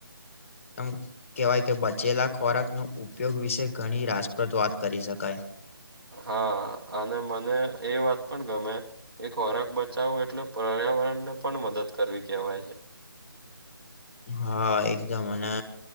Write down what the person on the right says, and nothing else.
હા અને મને એ વાત પણ ગમે. એ ખોરાક બચાવો એટલે પર્યાવરણને પણ મદદ કરવી કહેવાય છે.